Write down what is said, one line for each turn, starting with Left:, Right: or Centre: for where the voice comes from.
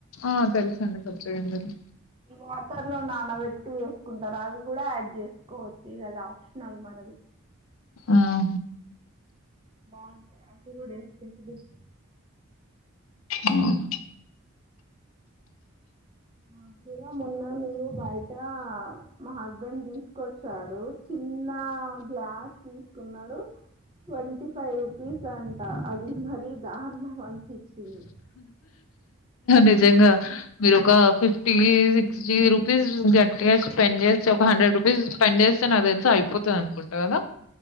Left: ఆ తెలుసండి కొత్తగంజలు
Right: వాటర్ లో నానబెట్టి వేసుకుంటారు. అది కూడా యాడ్ చేసుకోవచ్చు. ఇగ అది ఆప్షనల్ మనది
Left: ఆహా
Right: బాగుంటాయి. అది కూడా ఏస్తే తెలుస్తా
Left: అవును
Right: నాకు గూడ మొన్న నువ్వు బయట మా హస్బెండ్ తీసుకొచ్చాడు. చిన్న గ్లాస్ తీసుకున్నాడు. ట్వంటీ ఫైవ్ రూపీస్ అంట. అది మరి దారుణం అనిపించింది.
Left: నిజంగా మీరు ఒక ఫిఫ్టీ జి రూపిస్ గట్టిగా చే స్పెండ్ చేస్తే ఒక హండ్రెడ్ రూపీస్ స్పెండ్ చేస్తే నాకు తెలుసి అయిపోతది. అనుకుంట గాదా